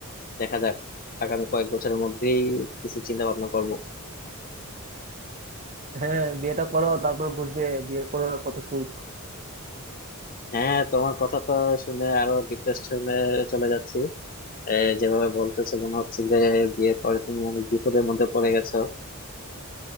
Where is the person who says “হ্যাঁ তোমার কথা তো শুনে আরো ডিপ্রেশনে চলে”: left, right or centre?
Left